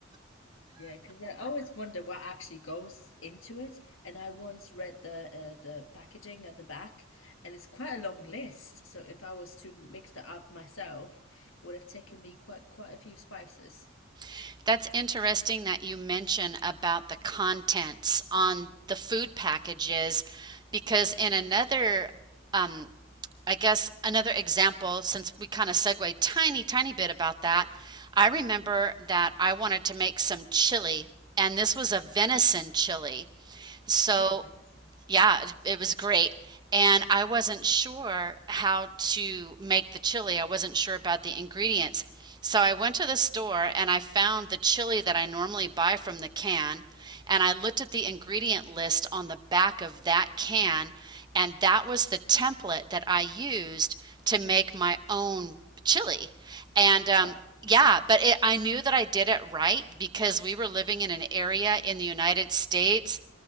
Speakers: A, on the left; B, on the right.
A: Yeah, because I always wonder what actually goes into it. And I once read the uh, the packaging at the back, and it's quite a long list. So if I was to mix that up myself, it would have taken me quite quite a few spices.
B: <laughs> That's interesting that you mention about the contents on the food packages because in another um, I guess another example, since we kind of segued tiny, tiny bit about that, I remember that I wanted to make some chili, and this was a venison chili. So
A: Oh, venison.
B: yeah, it it was great. And I wasn't sure how to make the chili. I wasn't sure about the ingredients. So I went to the store and I found the chili that I normally buy from the can. And I looked at the ingredient list on the back of that can. And that was the template that I used to make my own chili. And um,
A: Oh,
B: yeah, but it, I knew that I did it right because we were living in an area in the United States